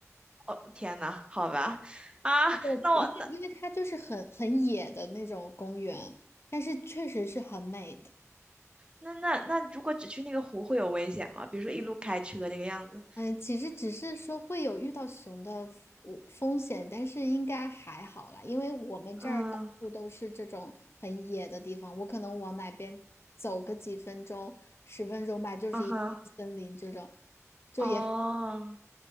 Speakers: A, on the right; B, on the left.
A: 哦，天呐，好吧，啊，
B: 对，
A: 那我那
B: 因为因为它就是很很野的那种公园，但是确实是很美的。
A: 那那那如果只去那个湖会有危险吗？比如说一路开车那个样子？
B: 嗯，其实只是说会有遇到熊的风风险，但是应该还好啦，因为我们这儿到处都是这种很野的地方，
A: 嗯，
B: 我可能往哪边走个几分钟、十分钟吧，就是一片森林这种，
A: 啊哈，
B: 就也
A: 哦。